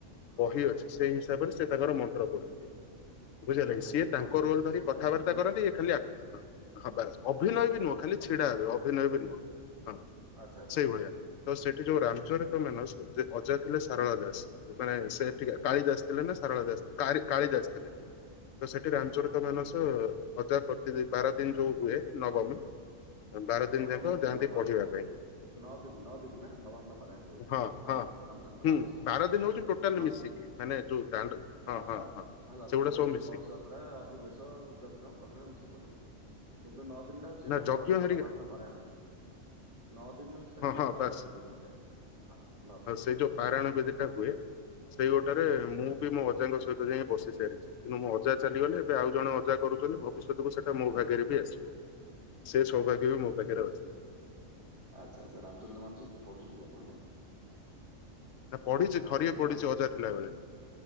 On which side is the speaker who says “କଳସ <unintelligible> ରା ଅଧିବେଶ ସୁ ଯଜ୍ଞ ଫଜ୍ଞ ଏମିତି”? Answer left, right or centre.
Right